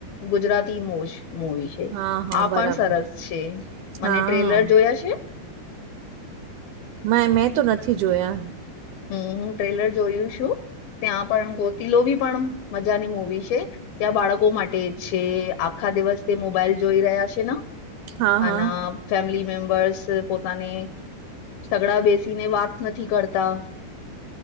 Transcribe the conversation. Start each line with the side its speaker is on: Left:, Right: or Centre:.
Left: ગુજરાતી મો મોવી છે.
Right: હા હા
Left: આ પણ
Right: બરાબર
Left: સરસ છે મને
Right: હા
Left: ટ્રેલર જોયા છે.
Right: મે મેં તો નથી જોયા
Left: હમ્મ હું ટ્રેલર જોયું છું ત્યાં પણ ગોતિલો ભી પણ મજાની મુવી છે. ત્યાં બાળકો માટે છે આખા દિવસ તે મોબાઈલ જોઈ રહ્યા છે ન
Right: હા હા
Left: અન ફેમિલી મેમ્બર્સ પોતાને સગડા બેસીને વાત નથી કરતા.